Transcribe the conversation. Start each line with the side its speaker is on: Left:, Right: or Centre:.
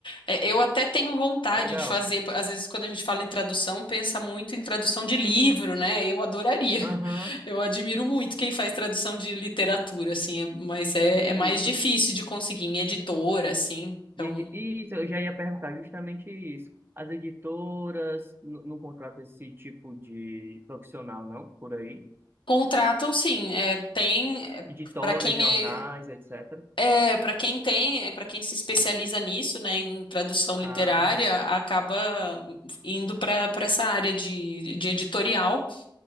Left: É, Eu até tenho vontade
Right: Legal.
Left: de fazer, às vezes quando a gente fala em tradução, pensa muito em tradução de livro, né? Eu adoraria. <laughs>
Right: Aham,
Left: Eu admiro muito quem faz tradução de literatura, assim, é- mas é,
Right: isso.
Left: é mais difícil de conseguir em editora, assim. Então,
Right: E edi- isso, eu já ia perguntar justamente isso. As editoras n- não contratam esse tipo de profissional, não, por aí?
Left: contratam sim, é, tem
Right: Editoras,
Left: para quem
Right: jornais,
Left: é,
Right: etc.
Left: é para quem tem, para quem se especializa nisso, né, em tradução
Right: Ah,
Left: literária, acaba indo para para essa área de, de editorial.